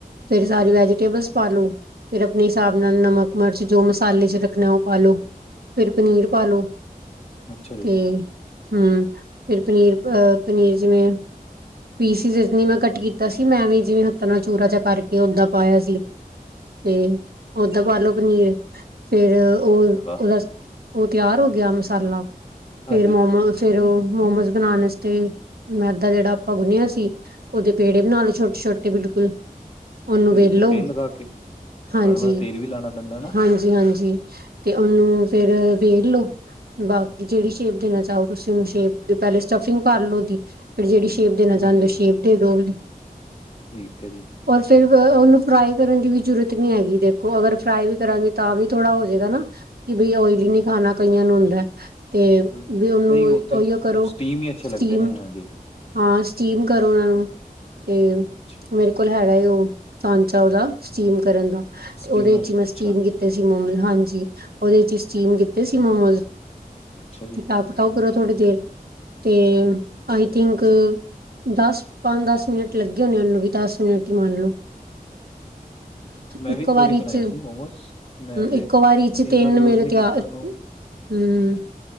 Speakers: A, on the right (about 85°); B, on the left (about 40°).
A: ਫਿਰ ਸਾਰੀ ਵੈਜੀਟੇਬਲਸ ਪਾ ਲਉ ਫਿਰ ਆਪਣੇ ਹਿਸਾਬ ਨਾਲ ਨਮਕ, ਮਿਰਚ ਜੋ ਮਸਾਲੇ ਚ ਰੱਖਣਾ ਉਹ ਪਾ ਲੋ ਫਿਰ ਪਨੀਰ ਪਾ ਲੋ।
B: ਅੱਛਾ ਜੀ
A: ਤੇ ਹੂੰ ਫਿਰ ਪਨੀਰ ਅ ਪਨੀਰ ਜਿਵੇਂ ਪੀਸਿਸ ਇਤਨੀ ਮੈਂ ਕੱਟ ਕੀਤਾ ਸੀ ਮੈਂ ਵੀ ਜਿਵੇਂ ਹੱਥਾਂ ਨਾਲ ਚੂਰਾ ਜਿਆ ਕਰਕੇ ਓਦਾਂ ਪਾਇਆ ਸੀ। ਤੇ ਓਦਾ ਪਾਲੋੋ ਪਨੀਰ ਫੇਰ ਉਹ
B: ਵਾਹ
A: ਉਹਦਾ ਉਹ ਤਿਆਰ ਹੋ ਗਿਆ ਮਸਾਲਾ
B: ਹਾਂਜੀ
A: ਫੇਰ ਮੋਮੋਜ਼ ਫੇਰ ਉਹ ਮੋਮੋਜ਼ ਬਣਾਉਣ ਵਾਸਤੇ ਮੈਦਾ ਜਿਹੜਾ ਆਪਾਂ ਗੁੰਨਿਆ ਸੀ ਉਹਦੇ ਪੇੜੇ ਬਣਾ ਲੋ ਛੋਟੇ ਛੋਟੇ ਬਿਲਕੁਲ ਉਨੂੰ
B: ਠੀਕ
A: ਵੇਲੋ
B: ਹੈ ਤੇਲ ਲਗਾ ਕੇ
A: ਹਾਂਜੀ
B: ਮਾੜਾ ਮਾੜਾ ਤੇਲ ਵੀ ਲਾਉਣਾ ਪੈਂਦਾ ਨਾ
A: ਹਾਂਜੀ ਹਾਂਜੀ ਤੇ ਉਹਨੂੰ ਫੇਿ ਰ ਵੇਲ ਲਓ ਬਾਕੀ ਜਿਹੜੀ ਸ਼ੇਪ ਦੇਣਾ ਚਾਹੋ ਤੁਸੀਂ ਉਹਨੂੰ ਸ਼ੇਪ ਦੇ ਪਹਿਲੇ ਸਟਫਿੰਗ ਕਰ ਲਓ ਉਦੀ। ਫਿਰ ਜਿਹੜੀ ਸ਼ੇਪ ਦੇਣਾ ਚਾਹਦੇ
B: ਹਾਂਜੀ
A: ਹੋ
B: ਹਾਂਜੀ
A: ਸ਼ੇਪ ਦੇ ਦੋ ਉਹ ਵਾਲੀ
B: ਠੀਕ ਹੈ ਜੀ।
A: ਔਰ ਫੇਰ ਉਹਨੂੰ ਫਰਾਈ ਕਰਨ ਦੀ ਵੀ ਜ਼ਰੂਰਤ ਨੀ ਹੈਗੀ ਦੇਖੋ ਅਗਰ ਫਰਾਈ ਵੀ ਕਰਾਂਗੇ ਤਾਂ ਵੀ ਥੋੜਾ ਹੋ ਜਾਏਗਾ ਨਾ ਕਿ ਬਈ ਓਇਲੀ ਨੀ ਖਾਣਾ ਕਈਆਂ ਨੂੰ ਹੁੰਦਾ। ਤੇ
B: ਹੂੰ,
A: ਵੀ ਉਹਨੂੰ
B: ਨਹੀਂ ਉਹ ਤੇ
A: ਓਹੀਓ ਕਰੋ
B: ਸਟੀਮ ਹੀ ਅੱਛੇ
A: ਸਟੀਮ‌।
B: ਲੱਗਦੇ ਨੇ ਹਾਂਜੀ,
A: ਹਾਂ ਸਟੀਮ ਕਰੋ ਉਹਨਾਂ ਨੂੰ ਤੇ
B: ਅੱਛਾ
A: ਮੇਰੇ ਕੋਲ ਹੈਗਾ ਉਹ ਸਾਂਚਾ ਉਹਦਾ ਸਟੀਮ ਕਰਨ ਦਾ
B: ਸਟੀਮਰ
A: ਤੇ ਉਹਦੇ
B: ਅੱਛਾ,
A: ਹੀ ਮੈਂ ਸਟੀਮ ਤੇ ਸੀ ਮੋਮੋਜ਼ ਹਾਂਜੀ ਉਹਦੇ ਚ ਸਟੀਮ ਕੀਤੇ ਸੀ ਮੋਮੋਜ਼
B: ਅੱਛਾ ਜੀ
A: ਤਾਂ ਫਿਰ ਤੇ ਉਹ ਕਰੋ ਥੋੜੀ ਦੇਰ ਤੇ ਆਈ ਥਿੰਕ ਦਸ ਪੰਜ ਦਸ ਮਿੰਟ ਲੱਗੇ ਹੋਣੇ ਉਹਨ ਨੂੰ ਵੀ ਦਸ ਮਿੰਟ ਹੀ ਮੰਨ ਲਓ।
B: ਮੈਂ
A: ਇੱਕੋ
B: ਵੀ ਇੱਕ
A: ਵਾਰੀ
B: ਬਣਾਏ
A: ਚ
B: ਸੀ ਮੋਮੋਸ ਮੈਂ ਤੇ
A: ਇੱਕੋ ਵਾਰੀ
B: ਸਟੀਮਰ
A: ਚ ਤਿੰਨ
B: ਯੂਜ
A: ਮੇਰੇ
B: ਨਹੀਂ ਕੀਤਾ
A: ਤਿਆਰ
B: ਉਹਨੂੰ
A: ਹੂੰ